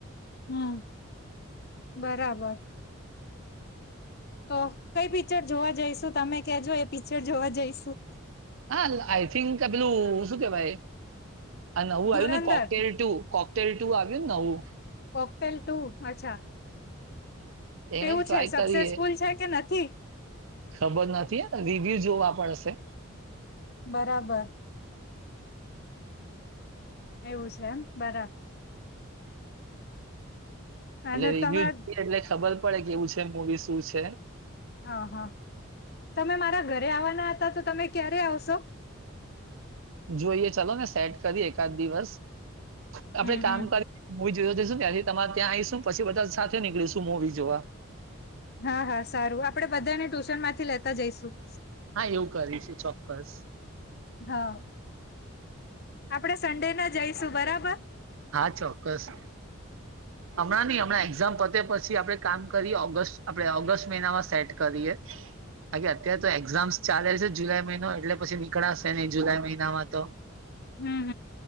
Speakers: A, on the left; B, on the right.
A: હમ્મ, બરાબર. તો કઈ પિક્ચર જોવા જઈશું તમે કેજો એ પિક્ચર જોવા જઈશું.
B: હા આઈ થિંક પેલું શું કેવાય આ નવું
A: ધુરંધર
B: આવ્યું ને કોકટેલ ટુ, કોકટેલ ટુ આવ્યું ને નવું?
A: પોકપલ ટુ અચ્છા. કેવું
B: એને ટ્રાય
A: છે સક્સેસફુલ
B: કરીએ
A: છે કે નથી?
B: ખબર નથી હ રિવ્યુ જોવા પડશે.
A: બરાબર એવું છે એમ બરા
B: એટલે
A: અને
B: રિવ્યુ
A: તમે
B: જોઈએ એટલે ખબર પડે કેવું છે મુવી શું છે.
A: હા હા. તમે મારા ઘરે આવવાના હતા તો તમે ક્યારે આવશો?
B: જોઈએ ચાલો ને સેટ કરી એકાદ દિવસ આપડે
A: હમ
B: કામ
A: હમ
B: કરી મવી જોવા જશું ન ત્યાંથી તમારે ત્યાં આઈશું પછી બધા સાથે નીકળીશું મુવી જોવા.
A: હા હા સારું આપડે બધાને ટ્યુશન માંથી લેતા જઈશું.
B: હા એવું કરીશું ચોક્કસ.
A: હા. આપડે સન્ડે ના જઈશું બરાબર?
B: હા ચોક્કસ હમણાં નહી હમણાં એક્ઝામ પતે પછી આપડે કામ કરીએ ઓગસ્ટ આપણે ઓગસ્ટ મહિનામાં સેટ કરીએ. બાકી અત્યારે તો એક્ઝામ્સ ચાલે છે જુલાઈ મહિનો એટલે પછી નીકળશે નહી જુલાઈ મહિનામાં તો.
A: હમ્મ.